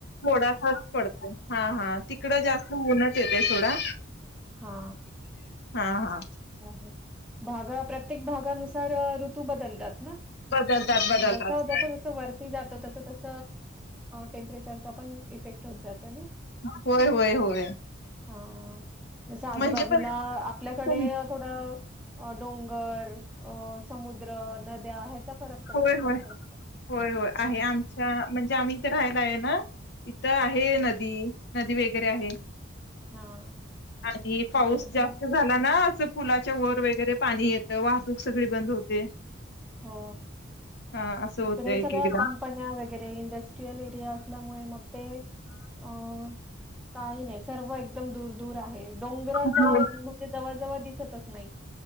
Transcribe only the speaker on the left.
थोडा फारच पडतो. हा हा तिकड जास्त उनच येतय सोडा
हा हा
बदलतात
बदलतात
होय होय होय
म्हणजे पण
तुम
होय, होय,
होय, होय,
आहे. आमच्या म्हणजे आम्ही इथं रहायला हे ना इथं आहे नदी, नदी वगैरे आहे.
आणि पाऊस
जास्त झाला ना असं पुलाच्या वर वगैरे पाणी येतं, वाहतूक सगळी बंद होते.
हा असं
होतंय एक
एकदा.
होय